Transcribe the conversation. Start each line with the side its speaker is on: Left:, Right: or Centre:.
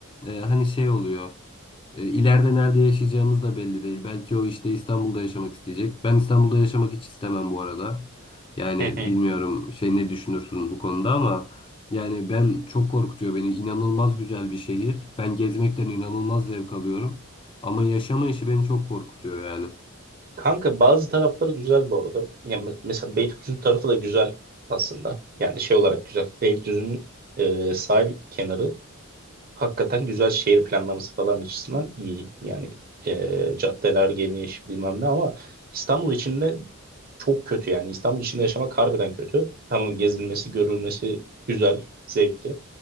Left: e, hani şey oluyor. E, ileride nerede yaşayacağımız da belli değil. Belki o işte İstanbul'da yaşamak isteyecek. Ben İstanbul'da yaşamak hiç istemem bu arada. Yani
Right: <laughs>
Left: bilmiyorum şey ne düşünürsün bu konuda ama yani ben çok korkutuyor beni. İnanılmaz güzel bir şehir. Ben gezmekten inanılmaz zevk alıyorum. Ama yaşama işi beni çok korkutuyor yani.
Right: Kanka bazı tarafları güzel bu arada. Yani mesela Beylikdüzü tarafı da güzel aslında. Yani şey olarak güzel. Beylikdüzü'nün e, sahil kenarı Hakikaten güzel şehir planlaması falan açısından iyi. Yani e, caddeler geniş bilmem ne ama İstanbul içinde çok kötü yani. İstanbul içinde yaşamak harbiden kötü. Tamam gezilmesi, görülmesi güzel, zevkli.